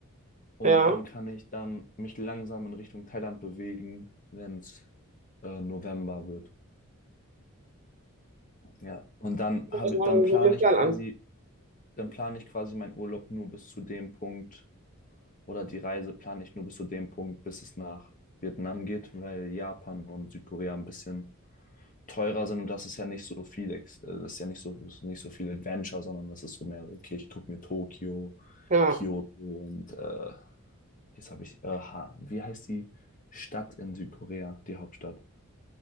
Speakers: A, on the left (about 40°); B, on the right (about 35°).
A: Und
B: ja.
A: dann kann ich dann mich langsam in Richtung Thailand bewegen, wenn es äh, November wird. Ja. Und dann habe,
B: Ich mache
A: dann
B: mir
A: plane
B: so den
A: ich
B: Plan
A: quasi,
B: an.
A: dann plane ich quasi meinen Urlaub nur bis zu dem Punkt oder die Reise plane ich nur bis zu dem Punkt, bis es nach Vietnam geht, weil Japan und Südkorea ein bisschen teurer sind und das ist ja nicht so viel, Ex- äh, das ist ja nicht so, das ist nicht so viel Adventure, sondern das ist so mehr, so, okay, ich gucke mir Tokio,
B: Ja.
A: Kyoto und äh, jetzt habe ich, äh, Ha- wie heißt die Stadt in Südkorea, die Hauptstadt?